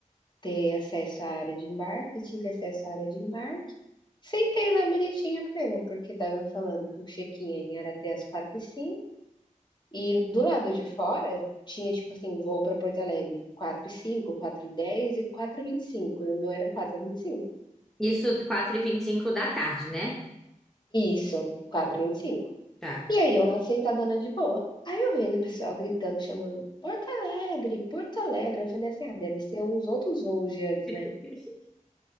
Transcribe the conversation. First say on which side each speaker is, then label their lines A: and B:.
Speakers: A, on the left (about 35°); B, in the centre.
A: ter acesso à área de embarque, tive acesso à área de embarque, sentei lá bonitinha plena, porque estava falando que o check-in era até as quatro e cinco, e do lado de fora tinha, tipo assim, voo para Porto Alegre quatro e cinco, quatro e dez e quatro e vinte e cinco. e o meu era quatro e vinte e cinco.
B: Isso quatro e vinte e cinco da tarde, né?
A: Isso, quatro
B: Hum.
A: e vinte e cinco.
B: Tá.
A: E aí eu lá sentadona de boa. Aí eu vendo o pessoal gritando, chamando: "Porto Alegre, Porto Alegre". Eu falei assim: "Ah, deve ser uns outros voos de antes,
B: <laughs>
A: né".